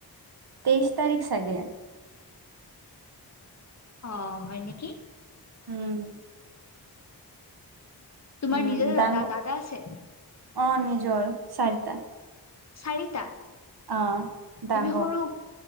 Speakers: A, on the right; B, on the left.
A: তেইছ তাৰিখ চাগে।
B: অ', হয় নেকি।
A: উম।
B: তোমাৰ
A: উম
B: নিজৰে
A: ডাঙৰ
B: দাদ-দাদা আছে?
A: অ', নিজৰ, চাৰিটা।
B: চাৰিটা?
A: অ',
B: তুমি
A: ডাঙৰ,
B: সৰু